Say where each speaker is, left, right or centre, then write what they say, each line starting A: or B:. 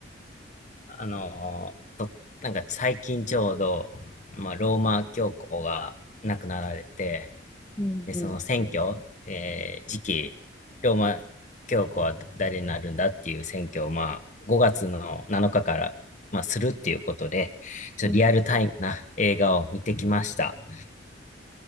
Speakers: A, on the left; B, on the left.
A: あのーと、なんか最近ちょうど、まあ、ローマ教皇が亡くなられて、
B: うん、
A: で、
B: うん、
A: その選挙、えー次期、ローマ教皇は誰になるんだっていう選挙を、まあ、5月の7日かから、まあ、するっていうことで、ちょっとリアルタイムな映画を見てきました。
B: うん、